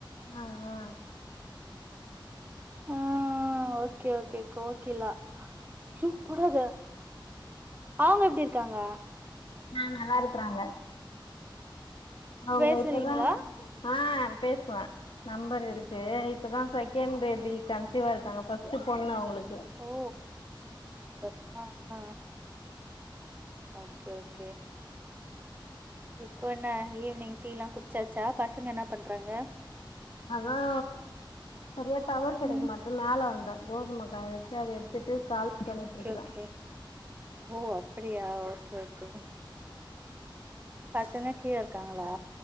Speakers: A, on the left (about 80°); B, on the right (about 20°).
A: ஆ ஆ
B: ஆஹ் ஓகே ஓகே கோகிலா அய்யோ போடாத அவங்க எப்டி இருக்காங்க
A: ஆ நல்லா இருக்கறாங்க அவங்க
B: பேசுறீங்களா
A: இப்பதா ஆ பேசுவே நம்பர் இருக்கு இப்பதா செகண்ட் பேபி கன்சீவா இருக்காங்க ஃபஸ்ட் பொண்ணு அவங்களுக்கு
B: ஓ அஹ் அ அ ஓகே ஓகே இப்போ என்ன ஈவினிங் டீ எல்லா குடிச்சாச்சா பசங்க என்னாப் பண்றாங்க
A: அதா சரியா டவர் கெடைக்க
B: ம்
A: மாட்டிங்குது மேல வந்தே கோதுமை காய வச்சு அத எடுத்துட்டு கால் பண்ணிட்டு
B: ஓகே
A: இருக்கறே
B: ஓகே ஓ அப்டியா ஓ ஓகே ஓகே பசங்க கீழ இருக்காங்களா